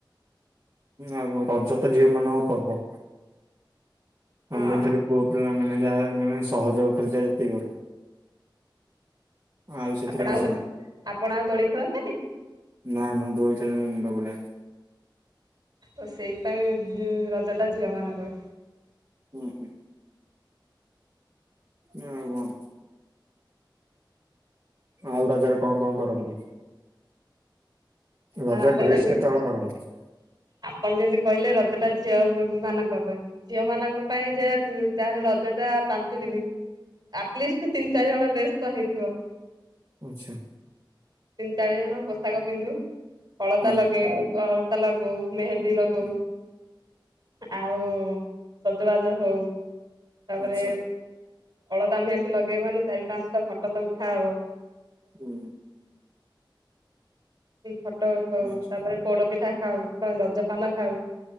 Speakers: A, on the right; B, on the right.
A: ଆଉ ରଜ ତ ଝିଅ ମାନଙ୍କ ପର୍ବ। ଆମେ
B: ହଁ।
A: ଖାଲି ପୁଅ ପିଲା ମାନେ ଯାହା ମାନେ ସହଯୋଗ ଖାଲି ଯେତିକି କରୁ। ଆଉ ସେଥିରେ
B: ଆପଣ
A: କିଛି
B: ଆ
A: ନାହିଁ।
B: ଆପଣ ଆଉ ଦୋଳି ଖେଳନ୍ତିନି।
A: ନା ନା ଦୋଳି ଖେଳିଲେ ମୋ ମୁଣ୍ଡ ବୁଲାଏ।
B: ଓ ସେଇପାଇଁ ଉ ମ ରଜ ଟା ଝିଅ ମାନଙ୍କ
A: ହୁଁ ହଁ ହଁ ଆଉ କଣ? ଆଉ ରଜରେ କଣ କଣ କରନ୍ତି? ରଜ
B: ଆଉ ଆପଣ
A: ଡ୍ରେସ
B: ଯେମିତି
A: କେତେ ହଳ କରନ୍ତି?
B: ଆପଣ ଯେମିତି କହିଲେ ରଜ ଟା ଝିଅ ମ ମାନଙ୍କ ପାଇଁ। ଝିଅ ମାନଙ୍କ ପାଇଁ ଯେହେତୁ ଯାହେଲେ ରଜ ଟା ପାଞ୍ଚ ଦିନ। ଆଟଲିଷ୍ଟ ତିନି ଚାରି ହଳ ଡ୍ରେସ ତ ହେଇଥିବ।
A: ଆଛା।
B: ତିନି ଚାରି ହଳ ପୋଷାକ ପିନ୍ଧୁ ଅଳତା
A: ହୁଁ
B: ଲଗେଇଉ ଅଳତା ଲଗଉ ମେହେନ୍ଦୀ ଲଗଉ।
A: ହୁଁ
B: ଆଉ ସଜବାଜ ହଉ। ତାପରେ
A: ଆଚ୍ଛା
B: ଅଳତା ମେହେନ୍ଦି ଲଗେଇବୁ ମାନେ ଚାରି ପାଞ୍ଚଟା ଫଟୋ ତ ଉଠା ହବ।
A: ହୁଁ।
B: କି ଫଟୋ ଉଠଉ
A: ଆଚ୍ଛା
B: ତାପରେ ପୋଡ ପିଠା ଖାଉ କଣ ରଜପାନ ଖାଉ।